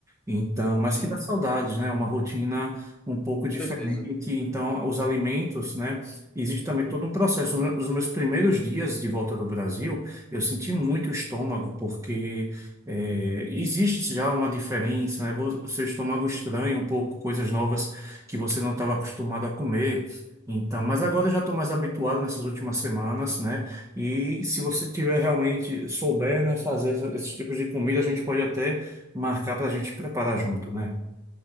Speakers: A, on the right; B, in the centre.
A: Então, mas
B: Sim,
A: que dá saudades, né? Uma rotina um pouco
B: com
A: diferente.
B: certeza.
A: Então, os alimentos, né? Existe também todo um processo. Nos nos meus primeiros dias de volta do Brasil, eu senti muito o estômago, porque eh, existe já uma diferença, né? Vo- O seu estômago estranha um pouco coisas novas que você não estava acostumado a comer. Então, mas agora eu já estou mais habituado nessas últimas semanas, né? E se você tiver realmente souber, né, fazer essa- esses tipos de comida, a gente pode até marcar para a gente preparar junto, né?